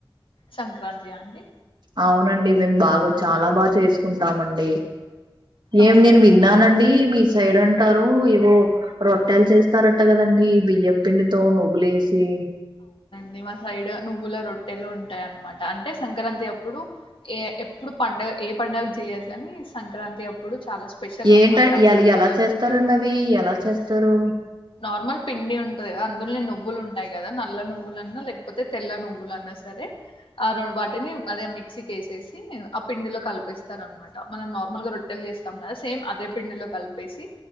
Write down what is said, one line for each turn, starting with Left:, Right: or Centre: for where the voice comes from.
Left: సంక్రాంతి ఆ అండి.
Right: అవున్నండి మేమ్ బాగా చాలా బాగా చేసుకుంటామండి. ఏం
Left: అవునా
Right: నేన్ విన్నానండి మీ. సైడ్ అంటారు ఏవో రొట్టెలు చేస్తారట కదండి బియ్యప్పిండితోను. గ్లేసి.
Left: డి మా సైడ్ నువ్వుల రొట్టెలు ఉంటాయి అనమాట. అంటే సంక్రాంతి అప్పుడు ఏ ఎప్పుడు పండగ ఏ పండుగ చేయొద్దని సంక్రాంతి అప్పుడు. చాలా స్పెషల్
Right: ఏంట
Left: అనమాట
Right: అండ్ ఎల్
Left: నువ్వుల
Right: ఎలా చేస్తారండి
Left: రొట్టెలు
Right: అవి ఎలా చేస్తారు.
Left: నార్మల్ పిండి ఉంటది కదా అందులనే నువ్వులు ఉంటాయి కదా నల్ల నువ్వులన్నా లేకపోతే తెల్ల నువ్వులన్నా సరే ఆ వాటిని అదే మిక్సీకి వేసేసి ఆ పిండిలో కలిపిస్తారు అనమాట మనం నార్మల్గా రొట్టెలు చేస్తాం కదా సేమ్ అదే పిండిలో కలిపేసి